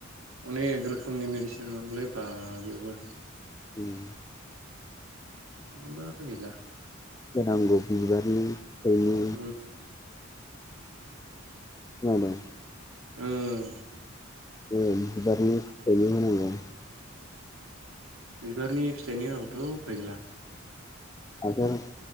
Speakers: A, on the right; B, on the left.
A: अनेक रोखोमनि मेडिसिन होनांगौलै बा बेयावबो
B: उम
A: नङाबा गैला
B: होनांगौ बिबारनि फिथायनि
A: उम
B: खोनादों
A: ओं ओं
B: ओन बिबारनि फिथायनि होनांगौ
A: बिबारनि फिथाइनि होआबाथ उफाय गैला
B: आरो हाजार